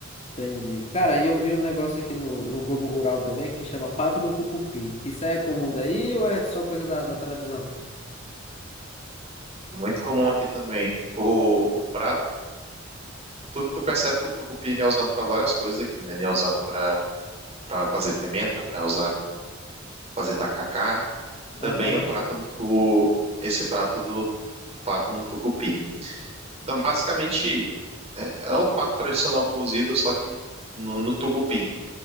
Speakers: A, on the left; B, on the right.
A: Entendi. Cara, e eu vi um negócio aqui no, no Globo Rural também que chama Pato no Tucupi. Isso aí é comum daí ou é só coisa da, da televisão?
B: É Muito comum aqui também. O, o prato, tu, tu percebe que o tucupi ele é usado para várias coisas aqui, né? Ele é usado para para fazer pimenta, para usar fazer tacacá e também
A: Aham.
B: o prato o esse prato do, do pato no tucupi. Então, basicamente, é o pato tradicional cozido, só que no, no tucupi.